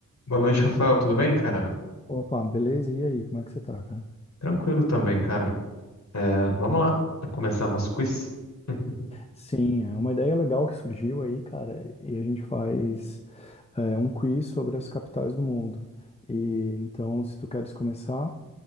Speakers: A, on the left; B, on the left.
A: Boa noite, Rafael. Tudo bem, cara?
B: Opa, beleza? E aí, como é que você tá, cara?
A: Tranquilo também, cara. É, vamos lá, começar nosso quiz. <laughs>
B: Sim, é uma ideia legal que surgiu aí, cara, e a gente faz é, um quiz sobre as capitais do mundo. E então, se tu queres começar,